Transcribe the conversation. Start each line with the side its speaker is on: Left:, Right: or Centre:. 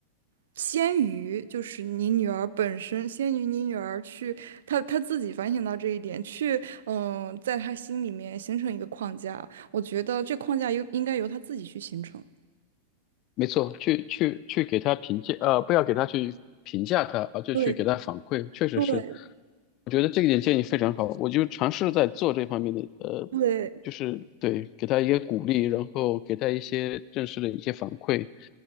Right: 先于就是你女儿本身，先于你女儿去，她她自己反省到这一点，去嗯、呃在她心里面形成一个框架。我觉得这框架应应该由她自己去形成。
Left: 没错，去去去给他评价，呃，不要给他去评价他，而就去给他反馈，
Right: 对
Left: 确实是。
Right: 对
Left: 我觉得这一点建议非常好，我就尝试在做这方面的，呃，
Right: 对，
Left: 就是对，给他一些鼓励，然后给他一些正式的一些反馈，